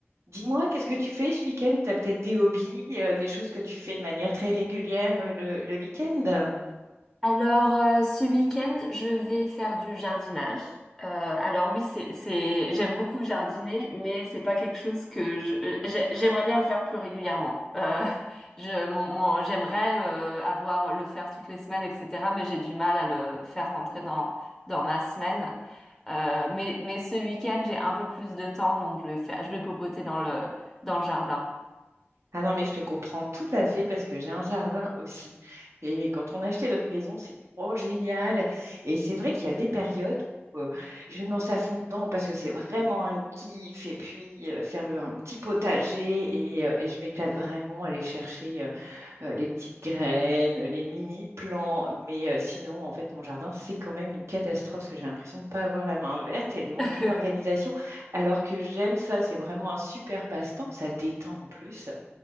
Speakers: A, on the right; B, in the centre.
A: Dis-moi, qu'est-ce que tu fais ce week-end? Tu as peut-être des hobbies, euh, des choses que tu fais de manière très régulière euh, le, le week-end?
B: Alors, euh, ce week-end, je vais faire du jardinage. Euh, alors oui, c'est, c'est, j'aime beaucoup jardiner, mais c'est pas quelque chose que je, euh, j'ai- j'aimerais bien le faire plus régulièrement. Euh, <laughs> je, mon, mon- j'aimerais euh, avoir le faire toutes les semaines, etc. Mais j'ai du mal à le faire rentrer dans dans ma semaine. Euh, mais mais ce week-end, j'ai un peu plus de temps, donc je vais faire, je vais popoter dans le dans le jardin.
A: Ah non, mais je te comprends tout à fait parce que j'ai un jardin aussi. Et quand on a acheté notre maison, on s'est dit, oh, génial! Et c'est vrai qu'il y a des périodes où euh, je vais me lancer à fond dedans parce que c'est vraiment un kiff. Et puis, euh, faire le, un petit potager et, euh, et je m'éclate vraiment à aller chercher euh, les petites graines, euh, les mini-plants. Mais euh, sinon, en fait, mon jardin, c'est quand même une catastrophe parce que j'ai l'impression de ne pas avoir la main verte et de manquer
B: <laughs>
A: d'organisation. Alors que j'aime ça, c'est vraiment un super passe-temps. Ça détend en plus.